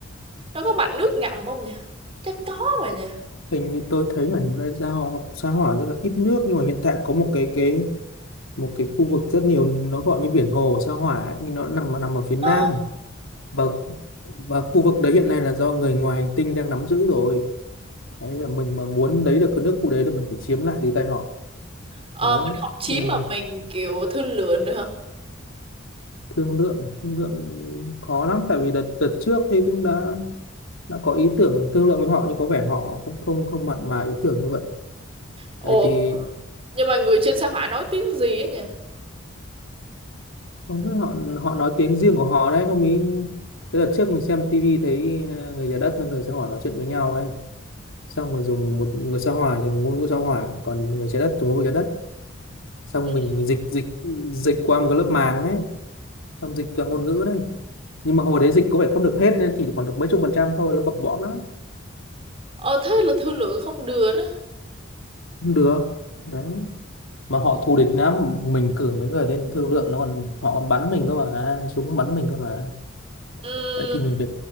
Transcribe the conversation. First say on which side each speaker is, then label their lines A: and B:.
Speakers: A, on the right; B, on the left.
A: Nó có mạch nước ngầm không nhỉ? Chắc có mà nhỉ.
B: hình như tôi thấy là nơi giao sao hỏa rất là ít nước nhưng mà hiện tại có một cái cái một cái khu vực rất nhiều nó gọi như biển hồ sao hỏa ấy, nhưng nó nằm nằm ở phía nam
A: Ồ.
B: và và khu vực đấy hiện nay là do người ngoài hành tinh đang nắm giữ rồi đấy là mình mà muốn lấy được cái nước khu đấy là mình phải chiếm lại từ tay họ
A: Ờ,
B: đấy
A: mình học chiếm
B: nhưng
A: mà
B: mà
A: mình kiểu thương lượng được không?
B: thương lượng thương lượng khó lắm tại vì đợt đợt trước thì cũng đã đã có ý tưởng thương lượng với họ nhưng có vẻ họ cũng không không mặn mà ý tưởng như vậy
A: Ủa,
B: đấy thì
A: nhưng mà người trên sao hỏa nói tiếng gì á nhỉ?
B: không biết họ họ nói tiếng riêng của họ đấy ông ấy cái đợt trước mình xem tivi thấy ờ, người nhà đất với người sao hỏa nói chuyện với nhau đấy xong rồi dùng một người sao hỏa thì ngôn ngữ sao hỏa còn người trái đất dùng ngôn ngữ trái đất xong
A: Ừ.
B: mình mình dịch dịch dịch qua một cái lớp màng đấy xong dịch cả ngôn ngữ đấy nhưng mà hồi đấy dịch có vẻ không được hết nên chỉ còn được mấy chục phần trăm thôi nó bập bõm lắm
A: Ờ, thế là thương lượng không được đó.
B: không được đấy mà họ thù địch lắm mình cử mấy người lên thương lượng nó còn họ còn bắn mình cơ mà súng bắn mình cơ mà
A: Ừm,
B: đấy thì mình phải